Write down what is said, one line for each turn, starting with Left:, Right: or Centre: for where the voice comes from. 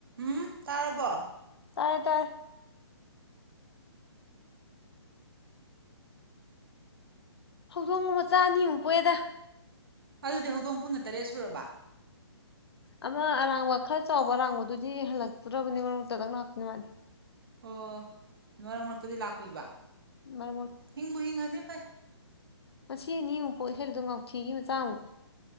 Right: ꯎꯝ ꯇꯥꯔꯔꯕꯣ
Left: ꯇꯥꯏꯌꯦ ꯇꯥꯏ ꯍꯧꯗꯣꯡꯒ ꯃꯆꯥ ꯑꯅꯤꯃꯨꯛ ꯄꯣꯛꯑꯦꯗ
Right: ꯑꯗꯨꯗꯤ ꯍꯧꯗꯣꯡ ꯄꯨꯟꯅ ꯇꯔꯦꯠ ꯁꯨꯔꯕ
Left: ꯑꯃ ꯑꯔꯥꯡꯕ ꯈꯔ ꯆꯥꯎꯕ ꯑꯔꯥꯡꯕꯗꯨꯗꯤ ꯍꯜꯂꯛꯇꯨ꯭ꯔꯕꯅꯤ ꯃꯔꯛꯇꯗꯪ ꯂꯥꯛꯇꯅꯤ ꯃꯥꯅꯤ
Right: ꯑꯣ ꯃꯔꯣꯏꯛ ꯃꯔꯛꯇꯗꯤ ꯂꯥꯛꯄꯤꯕ
Left: ꯃꯔꯛ
Right: ꯍꯤꯡꯕꯨꯣ ꯍꯤꯡ ꯑꯗꯦ ꯄꯥꯏ
Left: ꯉ ꯑꯅꯤ ꯑꯃꯨꯛ ꯄꯣ ꯏꯁꯩꯗꯣ ꯉꯥꯎꯊꯤꯒꯤ ꯃꯆꯥ ꯑꯃꯨꯛ